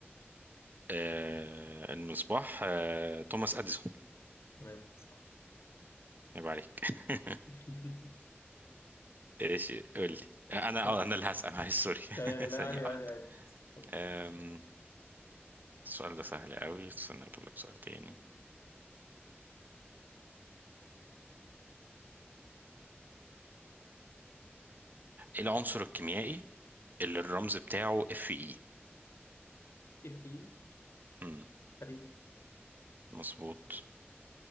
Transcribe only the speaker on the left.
تمام صح
<laughs>
طب،
تمام لا
عادي عادي
عادي اتفضل.
ايه
في حديد